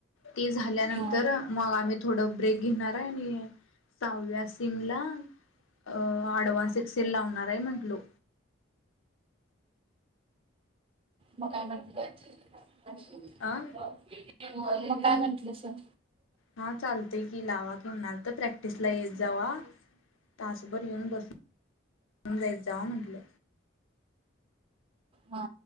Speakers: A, on the left; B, on the right.
A: ते झाल्यानंतर
B: हा
A: मग आम्ही थोडं ब्रेक घेणार आहे आणि सहाव्यास <unintelligible> अडवान्स एक्सेल लावणार आहे. म्हंटलो.
B: मग काय म्हटलं? <unintelligible>
A: अ
B: मग काय म्हटलं स.?
A: हा चालतयं की, लावा कुणाल तर प्रॅक्टिस ला येत जावा. तासभर येऊन बसून जाईत जावा म्हटलं.
B: हा